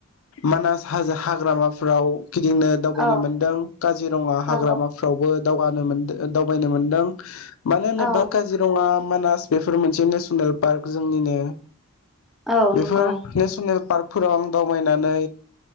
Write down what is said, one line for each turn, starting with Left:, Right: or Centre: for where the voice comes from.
Left: मानास हाजो हाग्रामाफ्राव गिदिंनो दावबायनो
Centre: औ
Left: मोनदों काजिरङा
Centre: औ
Left: हाग्रामाफ्रावबो दावगानो मोनदो ओ दावबायनो मोनदों। मानो होनोबा
Centre: औ औ
Left: काजिरङा मानास बेफोर मोनसे नेसनेल पार्क जोंनिनो
Centre: औ
Left: बेफोर
Centre: नंगौ
Left: नेसनेल पार्क फोराव आं दावबायनानै